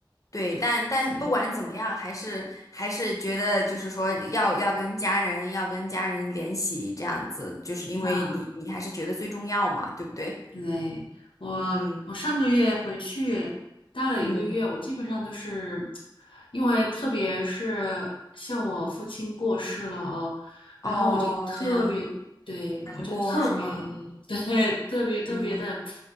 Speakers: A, on the left; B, on the left.
A: 对，
B: 对，
A: 但但不管怎么样，
B: 所以
A: 还是还是觉得就是说要要跟家人要跟家人联系这样子，就是因为你你还是觉得最重要嘛，
B: 那。
A: 对不对？
B: 对，我，
A: 嗯
B: 我上个月回去待了一个月，
A: 嗯，
B: 我基本上都是，因为特别是像我父亲过世了哦，然后我就特别，
A: 哦，这样
B: 对，
A: 难过是吗？
B: 我就特别，<laughs> 对，特别特别的，
A: 嗯